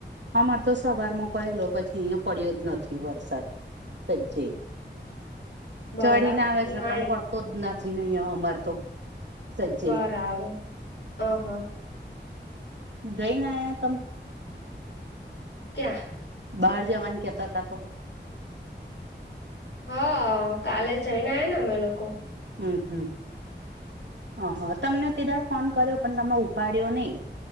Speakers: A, on the right (about 70°); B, on the left (about 75°).
A: આમાં તો સવારમાં પડેલો પછી અહીયા પડ્યો જ નથી વરસાદ. સજ્જે
B: બરાબર
A: ચડીને આવે છે
B: નાઈ
A: પણ પડ તો જ નથીને અહીંયા અમાર તો સજ્જે
B: બરાબર અહ હ.
A: જઈને આયા તમ?
B: ક્યાં?
A: બહાર જવાના કેતા હતા તો
B: હા કાલે જઈને આયાને અમે લોકો.
A: હમ્મ હમ્મ. હા હા તમને પેલા ફોન કર્યો પણ તમે ઉપાડ્યો નહી,